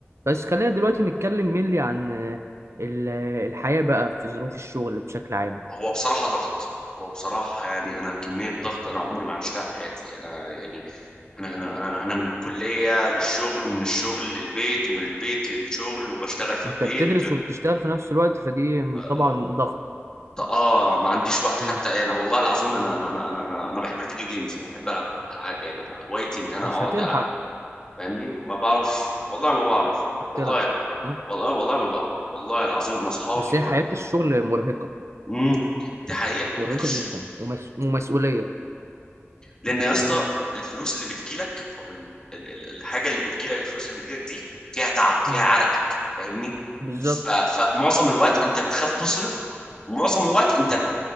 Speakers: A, on the right (about 75°); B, on the left (about 20°).
A: بس خلينا دلوقتي نتكلم mainly عن آه، ال- آه، الحياة بقى في ظروف الشغل بشكل عام
B: هو بصراحة ضغط هو بصراحة يعني أنا كمية ضغط أنا عمري ما عشتها في حياتي أنا يعني أنا أنا أنا أنا من الكلية للشغل ومن الشغل للبيت ومن البيت للشغل وبشتغل في البيت
A: انت بتدرس وبتشتغل في نفس الوقت فدي
B: اه
A: طبعا ضغط
B: آه، ما عنديش وقت
A: مم.
B: حتى انا والله العظيم انا انا انا انا, أنا أنا بحب الفيديو جيمز انا بحب العب العاب يعني أنا هوايتي ان انا
A: مش
B: اقعد
A: هتلحق
B: العب فاهمني ما بعرفش والله ما بعرف والله
A: تلعب
B: لا
A: مم.
B: والله والله ما بعرف والله العظيم انا اصحابي
A: بس هي حياة
B: انا
A: الشغل مرهقة
B: امم دي حقيقة
A: مرهقة
B: هتش
A: جدا ومس... ومسؤولية
B: لان يا اسطى الفلوس اللي بتجيلك او ال... ال... ال- الحاجة اللي بتجيلك الفلوس اللي بتجيلك دي فيها تعب فيها
A: مم.
B: عرقك فاهمني
A: بالظبط
B: ف... فمعظم الوقت انت بتخاف تصرف ومعظم الوقت انت